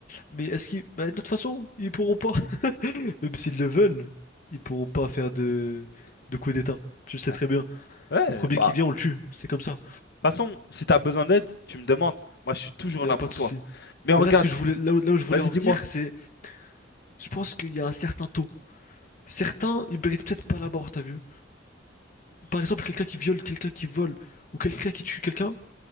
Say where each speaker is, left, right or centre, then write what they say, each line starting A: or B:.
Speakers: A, on the left; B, on the left.
A: Mais est-ce qu'ils, bah, de toute façon, ils pourront pas, <laughs> même s'ils le veulent, ils pourront pas faire de de coup d'État. Tu le sais
B: Ouais.
A: très bien.
B: Ouais,
A: Le premier
B: bah,
A: qui vient, on le tue. C'est comme ça.
B: de toute façon, si t'as besoin d'aide, tu me demandes. Moi, je suis toujours
A: Il n'y
B: là
A: a pas
B: pour
A: de
B: toi.
A: souci.
B: Mais regarde,
A: Mais là, ce que je voulais, là où, là où je voulais
B: vas-y,
A: en venir,
B: dis-moi.
A: c'est, je pense qu'il y a un certain taux. Certains, ils méritent peut-être pas la mort, t'as vu? Par exemple, quelqu'un qui viole, quelqu'un qui vole, ou quelqu'un qui tue quelqu'un,